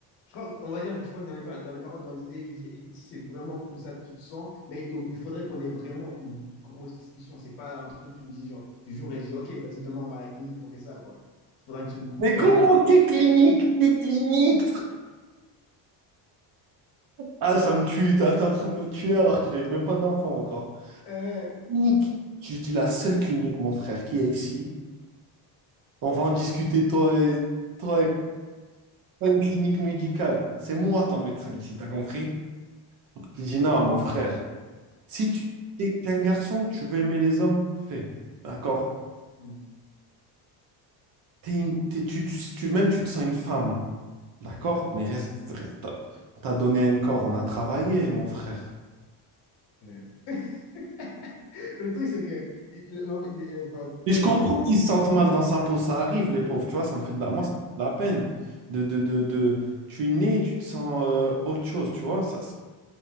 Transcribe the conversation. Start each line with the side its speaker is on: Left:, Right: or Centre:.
Left: je crois, on va dire que je crois que dans les, pa- dans les paroles, dans l'idée, je dis, écoute, si c'est vraiment comme ça que tu te sens, mais il il faudrait qu'on ait vraiment une grosse discussion. C'est pas un truc que tu me dis genre du jour et je dis, ok, vas-y, demain on va à la clinique, on fait ça, quoi. Il faudra que tu me convainques.
Right: Mais comment t'es clinique? T'es clinique? frère Ah, ça me tue. T'es t'es en train de me tuer alors que j'avais même pas d'enfant encore.
Left: Euh,
Right: Clinique. Je dis la seule clinique, mon frère, qu'il y a ici. On va en discuter, toi et toi et pas une clinique médicale. C'est moi ton médecin ici, t'as compris? Je dis non, mon frère. Si tu t'es t'es un garçon, tu veux aimer les hommes, fais. D'accord?
Left: hmm,
Right: T'es une- t'es- tu, tu- tu- même tu te sens une femme. D'accord? Mais reste, reste- t'as t'as donné un corps, on a travaillé, mon frère.
Left: ouais. <laughs> Mais le truc, c'est que il- l'en- il- enfin,
Right: Et
Left: ton
Right: je comprends
Left: enfant, il
Right: qu'ils se sentent mal dans sa peau, ça arrive, les pauvres, tu vois, ça me fait de la...
Left: va.
Right: Moi, ça me fait de la peine de, de, de, de... Tu nais, tu te sens euh, autre chose, tu vois, ça,